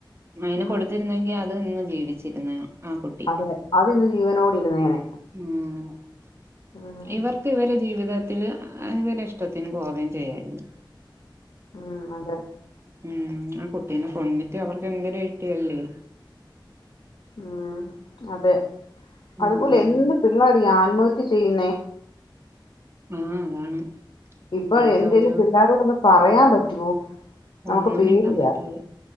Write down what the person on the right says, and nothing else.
അയിനെ
കൊടുത്തിരുന്നെങ്കി അത് ഇന്ന് ജീവിച്ചിരുന്നെനെ ആ കുട്ടി
ഉം ഇവർ
ഇവർക്ക് ഇവരെ ജീവിതത്തില് ഇവരെ ഇഷ്ടത്തിന് പോവേം ചെയ്യായിരുന്നു
ഉം ആ കുട്ടീനെ കൊന്നിട്ട് അവർക്ക് എന്തര് കിട്ടിയല്ലേ
ഉം
ആഹ് അതാണ്
ഇപ്പോഴത്തെ
ഒരു
ഒന്നും
മിണ്ടാൻ പറ്റൂല